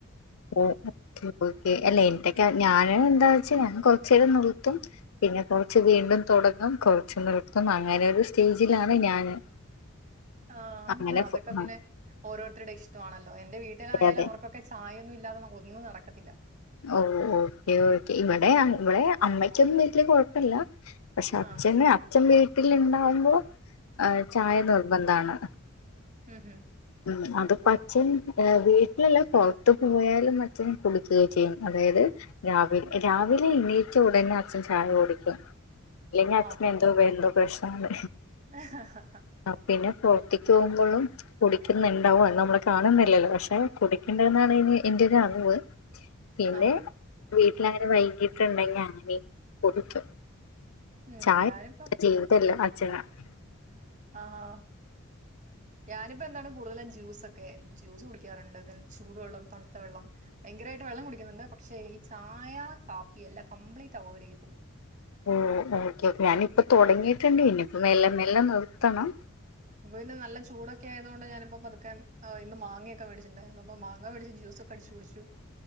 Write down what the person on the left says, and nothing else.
ഓ ഓക്കെ ഓക്കെ അല്ല എന്റൊക്കെ ഞാന് എന്താ വെച്ചാ ഞാൻ കൊറച്ചു നേരം നിർത്തും പിന്നെ കൊറച്ച് വീണ്ടും തുടങ്ങും കുറച്ച് നിർത്തും അങ്ങനെ ഒരു സ്റ്റേജിലാണ് ഞാന്
അങ്ങനെ
ഫോ ആഹ്
അതെ അതെ
ഓ ഓക്കെ ഓക്കെ ഇവിടെ ഇവിടെ അമ്മയ്ക്കൊന്നും വീട്ടില് കൊഴപ്പില്ല പക്ഷെ അച്ഛന്
അച്ഛൻ വീട്ടിൽ ഇണ്ടാവുമ്പോ ചായ
നിർബന്ധാണ്
ഉം അതിപ്പൊ അച്ഛൻ വീട്ടിലല്ല പുറത്ത് പോയാലും അച്ഛന് കുടികൊക്കെ ചെയ്യും അതായത് രാവില രാവിലെ എണീറ്റ ഉടനെ അച്ഛൻ ചായ കുടിക്കും അല്ലെങ്കിൽ അച്ഛന്
എന്തോ വേറെന്തോ പ്രശ്നൊണ്ട്
ആഹ് പിന്നെ പുറത്തേക്ക് പോകുമ്പോഴും കുടിക്കുന്നുണ്ടാവോ അത് നമ്മള് കാണുന്നില്ലല്ലോ പക്ഷെ കുടിക്കുണ്ട്ന്നാണ് നി എന്റെ ഒരറിവ് പിന്നെ
വീട്ടില് അങ്ങനെ വൈകീട്ടുണ്ടെങ്കി അങ്ങനേം കുടിക്കും
ചായ
<unintelligible>
ഉം ഓക്കെ ഓക്കെ ഞാനിപ്പൊ തുടങ്ങിയിട്ടുണ്ടേനു ഇനീപ്പോ മെല്ലെ മെല്ലെ നിർത്തണം